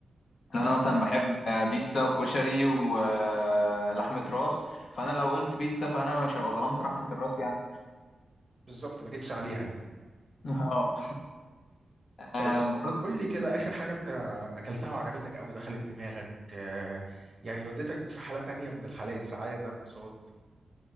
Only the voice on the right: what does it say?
بالظبط ما جيتش عليها يعني
بس
قول لي كده اخر حاجه انت اكلتها وعجبتك قوي دخلت دماغك آه، يعني وديتك في حاله تانيه من الحالات سعاده انبساط